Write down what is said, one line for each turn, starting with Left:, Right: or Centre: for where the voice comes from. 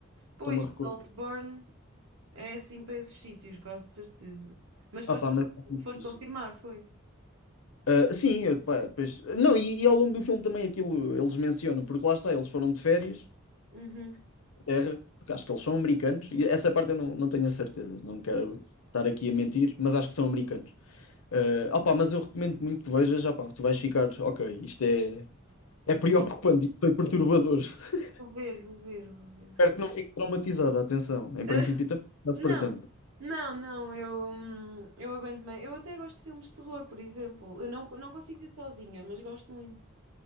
Right: Pois,
Left: estou-me a recordar.
Right: Saltburn é assim para esses sítios, quase de certeza. Mas foste,
Left: Ah pá, mas é muito
Right: foste
Left: fixe.
Right: confirmar, foi?
Left: Ah, sim, eu, pá, depois... Não, e, e ao longo do filme também aquilo eles mencionam, porque lá está, eles foram de férias
Right: Uhum.
Left: Inglaterra, porque acho que eles são americanos, e essa parte eu não, não tenho a certeza, não quero estar aqui a mentir, mas acho que são americanos. ah opá, mas eu recomendo muito que vejas, opá, tu vais ficar, ok, isto é, é preocupante,
Right: É,
Left: isto foi perturbador. <laughs>
Right: Vou ver, vou ver, vou ver,
Left: Espero
Right: sim.
Left: que não fique traumatizada, atenção, em
Right: <laughs>
Left: princípio também não
Right: Não,
Left: se para tanto.
Right: não, não, eu, hum, eu aguento bem. Eu até gosto de filmes de terror, por exemplo. Eu não, não consigo ver sozinha, mas gosto muito.